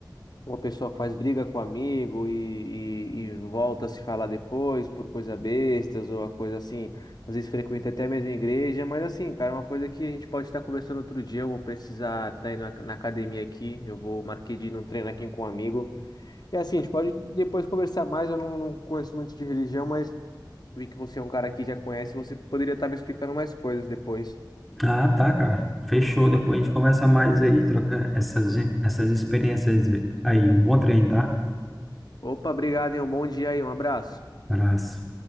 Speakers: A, on the left; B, in the centre.
A: Uma pessoa faz briga com amigo e, e, e volta a se falar depois por coisa bestas ou a coisa assim, às vezes frequenta até a mesma igreja, mas assim, cara, é uma coisa que a gente pode estar conversando outro dia, eu vou precisar estar indo na, na academia aqui, eu vou marquei de ir num treino aqui com um amigo. E assim, a gente pode depois conversar mais, eu não, não conheço muito de religião, mas. Vi que você é um cara que já conhece, você poderia estar me explicando mais coisas depois.
B: Ah, tá, cara. Fechou. Depois a gente conversa mais aí, troca essas, essas experiências aí. Um bom treino, tá?
A: Opa, obrigado, hein? Um bom dia aí, um abraço.
B: Abraço.